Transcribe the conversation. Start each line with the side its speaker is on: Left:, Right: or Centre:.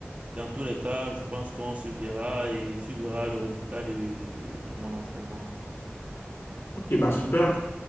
Right: dans tous les cas, je pense qu'on se verra et suivra le résultat de, de, de mon entraînement.
Left: Ok, bah super.